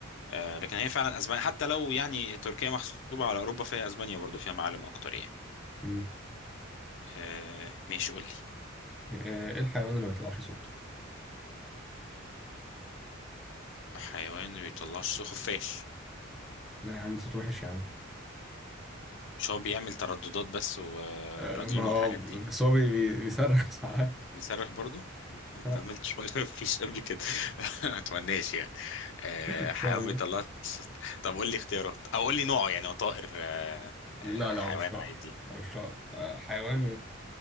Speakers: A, on the left; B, in the centre.
A: آه لكن هي فعلا أسبانيا حتى لو يعني تركيا محسوبة على أوروبا فهي أسبانيا برضو فيها معالم أكتر يعني
B: مم.
A: آه ماشي قولي
B: آه، ايه الحيوان اللي ما بيطلعش صوت؟
A: حيوان ما بيطلعش صوت خفاش
B: لا يا عم ده صوت وحش يا عم
A: مش هو بيعمل ترددات بس ورنين
B: آه، ما هو
A: والحاجات دي
B: بس هو بي- بي- بيصرخ <laughs> ساعات
A: بيصرخ برضه ما اتعملتش
B: <laughs>
A: ما فيش قبل كده <laughs> ما اتمناش يعني آه،
B: ان شاء
A: حيوان
B: الله
A: بيطلع صوت طب قول لي اختيارات او قول لي نوعه يعني هو طائر آه،
B: لا
A: آه،
B: لا
A: حيوان
B: هو مش طائر
A: عادي
B: هو مش طائر آه، حيوان